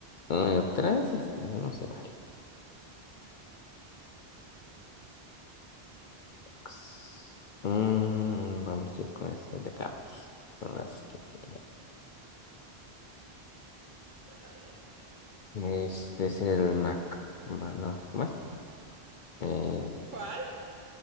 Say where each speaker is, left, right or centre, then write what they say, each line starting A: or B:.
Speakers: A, on the left (about 55°); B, on the right (about 50°).
A: Ay, otra vez este, eso no se vale. X. Mm, vamos a ir con estas de carros. Con las que tengo.
B: Dale, a ver.
A: Este es el Mac. Ma- No, ¿cómo es? Eh,
B: ¿Cuál?